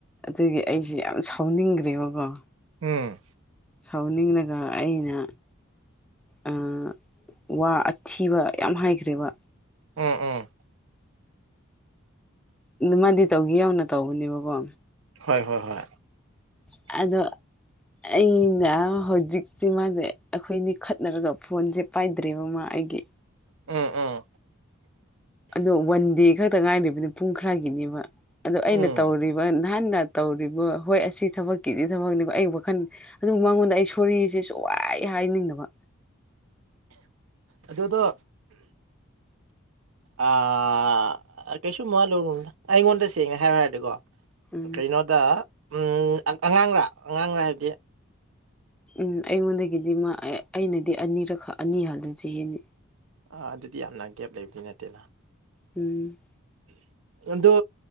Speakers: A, in the centre; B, on the right.
A: ꯑꯗꯨꯒꯤ ꯑꯩꯁꯤ ꯌꯥꯝ ꯁꯥꯎꯅꯤꯡꯈ꯭ꯔꯦꯕꯀꯣ
B: ꯎꯝ
A: ꯁꯥꯎꯅꯤꯡꯂꯒ ꯑꯩꯅ ꯎꯝ ꯋꯥ ꯑꯊꯤꯕ ꯌꯥꯝ ꯍꯥꯏꯈ꯭ꯔꯦꯕ
B: ꯎꯝ ꯎꯝ
A: ꯑꯗꯨ ꯃꯥꯗꯤ ꯇꯧꯒꯦ ꯌꯧꯅ ꯇꯧꯕꯅꯦꯕꯀꯣ
B: ꯍꯣꯏ ꯍꯣꯏ ꯍꯣꯏ
A: ꯑꯗꯣ ꯑꯩꯅ ꯍꯧꯖꯤꯛꯇꯤ ꯃꯥꯁꯦ ꯑꯩꯈꯣꯏꯅꯤ ꯈꯠꯅꯔꯒ ꯐꯣꯟꯁꯦ ꯄꯥꯏꯗ꯭ꯔꯦꯕ ꯃꯥ ꯑꯩꯒꯤ
B: ꯎꯝ ꯎꯝ
A: ꯑꯗꯣ ꯋꯥꯟ ꯗꯦ ꯈꯛꯇ ꯉꯥꯏꯔꯤꯕꯅꯤ ꯄꯨꯡ ꯈꯥꯏꯒꯤꯅꯦꯕ ꯑꯗꯣ ꯑꯩꯅ
B: ꯎꯝ
A: ꯇꯧꯔꯤꯞ <inaudible> ꯅꯍꯥꯟꯅ ꯇꯧꯔꯤꯕ ꯍꯣꯏ ꯑꯁꯤ ꯊꯕꯛꯀꯤꯗꯤ ꯊꯕꯛꯅꯦꯕ ꯑꯩ ꯋꯥꯈꯟ ꯑꯗꯨ ꯃꯉꯣꯟꯗ ꯑꯩ ꯁꯣꯔꯤꯁꯦ ꯁꯨꯡꯍꯥꯏ ꯍꯥꯏꯅꯤꯡꯗꯕ
B: ꯑꯗꯨ ꯑꯗꯨꯗ ꯑꯥ ꯀꯩꯁꯨꯨ ꯃꯥꯋꯥ ꯂꯧꯔꯨꯅꯨꯗ ꯑꯩꯉꯣꯟꯗ ꯁꯦꯡꯅ ꯍꯥꯌꯨ ꯍꯥꯏꯔꯗꯤꯀꯣ
A: ꯎꯝ
B: ꯀꯩꯅꯣꯗ ꯎꯝ ꯑꯥ ꯑꯉꯥꯡꯔꯥ ꯑꯉꯥꯡꯔꯥ ꯍꯥꯏꯕꯗꯤ
A: ꯎꯝ ꯑꯩꯉꯣꯟꯗꯒꯤꯗꯤ ꯃꯥ ꯑꯩꯅꯗꯤ ꯑꯅꯤꯔꯛ ꯑꯅꯤ ꯍꯥꯜꯂꯁꯤ ꯆꯥꯍꯤ
B: ꯑꯥ ꯑꯗꯨꯗꯤ ꯌꯥꯝꯅ ꯒꯦꯞ ꯂꯩꯕꯗꯤ ꯅꯠꯇꯦꯅ
A: ꯎꯝ
B: ꯑꯗꯨ